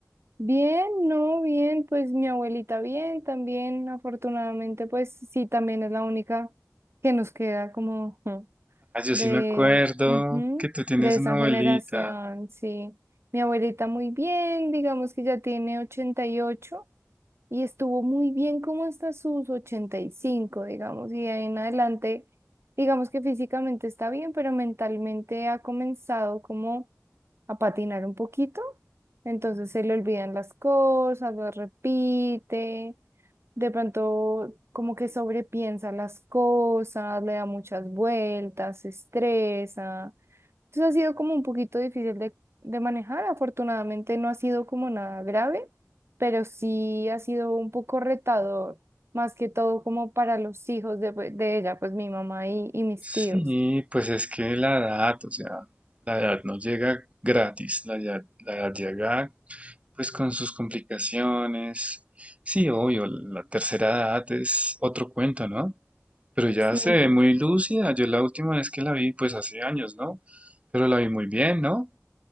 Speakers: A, on the right; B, on the right.
A: Bien, no, bien, pues mi abuelita bien, también afortunadamente, pues sí, también es la única que nos queda como ujú,
B: Ah, yo
A: de,
B: sí me acuerdo
A: ujú,
B: que tú tienes
A: de esa
B: una abuelita.
A: generación, sí. Mi abuelita muy bien, digamos que ya tiene ochenta y ocho y estuvo muy bien como hasta sus 85, digamos, y de ahí en adelante, digamos que físicamente está bien, pero mentalmente ha comenzado como a patinar un poquito, entonces se le olvidan las cosas, las repite, de pronto como que sobrepiensa las cosas, le da muchas vueltas, se estresa. Entonces ha sido como un poquito difícil de, de manejar, afortunadamente no ha sido como nada grave, pero sí ha sido un poco retador, más que todo como para los hijos de, de ella, pues mi mamá y, y mis
B: Sí,
A: tíos.
B: pues es que la edad, o sea, la edad no llega gratis, la edad, la edad llega pues con sus complicaciones. Sí, obvio, la tercera edad es otro cuento, ¿no? Pero ya
A: Sí.
B: se ve muy lúcida. Yo la última vez que la vi, pues hace años, ¿no? Pero la vi muy bien, ¿no?